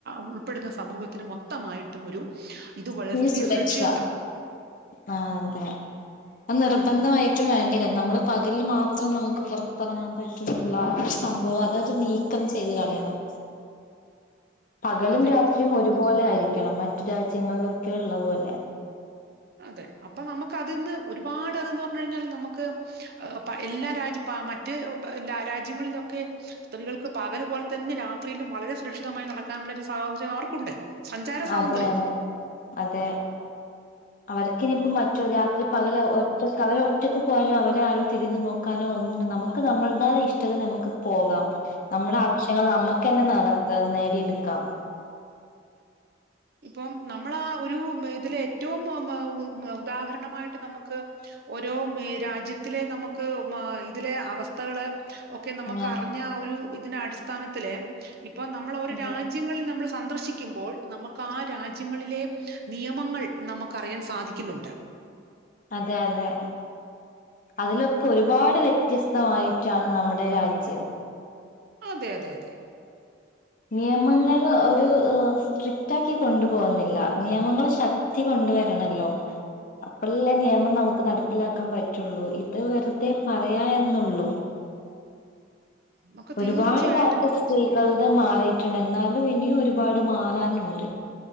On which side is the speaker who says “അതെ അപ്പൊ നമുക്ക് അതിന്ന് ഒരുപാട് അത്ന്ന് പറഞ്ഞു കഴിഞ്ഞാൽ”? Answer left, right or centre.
Right